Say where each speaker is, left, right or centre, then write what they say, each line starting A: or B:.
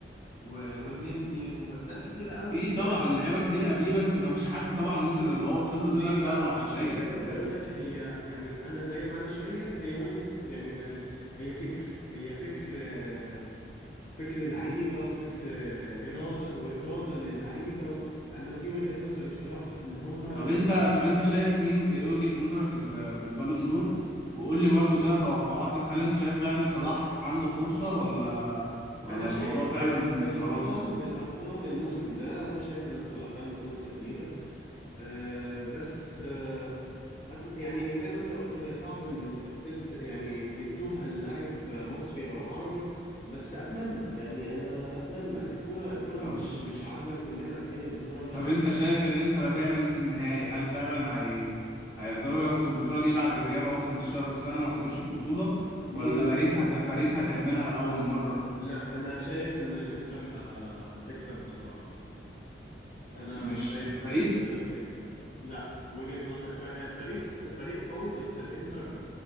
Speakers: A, on the left; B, on the left.
A: و- والنني وناس كتيره قوي
B: في
A: ب-
B: طبعا لعيبه
A: اسامي
B: كتير
A: كبيره
B: قبليه بس ما فيش حد طبعا وصل للي هو وصل له
A: ليه
B: ده ده بسبب
A: بقى
B: العقليه
A: عشان زي
B: خلي
A: ما بقول
B: بالك
A: لك هي يعني انا زي ما انا شايف هي وجهة يعني يعني هي فكر هي فكر آه، فكر لعيبه وفكر آه، اراده واراده للعيبه انا دي وجهة نظري بصراحه ان هم
B: طب انت طب انت شايف مين في ايه وجهة نظرك في في البالون دور وقول لي برضو كده توقعاتك هل انت شايف فعلا صلاح عنده فرصة ولا ولا
A: انا شايف
B: الموضوع فعلا
A: ب... بالارقام
B: خلاص
A: بالارقام الموسم ده انا شايف ان صلاح عنده فرصة كبيرة أه بس أه أت- يعني زي ما انت قلت هي صعب ان تد... تد- يعني يدوها للاعب مصري او عربي بس اتمنى يعني انا اتمنى الكرة الكرة
B: طب
A: مش مش عادلة وكلنا عارفين ان الكرة مش
B: طب
A: عادلة
B: انت شايف الانتر هتعمل ايه في النهائي هل فعلا هي هيقدروا ياخدوا البطولة دي بعد غياب اهو 15 سنة ما خدوش البطولة
A: مين
B: ولا
A: بالظبط
B: باريس هت... باريس هتعملها لأول مرة
A: لا انا شايف ان الانتر ه... هتكسب بصراحة انا
B: مش
A: شايف
B: مش
A: ان
B: باريس
A: الانتر هتكسب لا بوجهة نظري با- باريس فريق قوي بس الانتر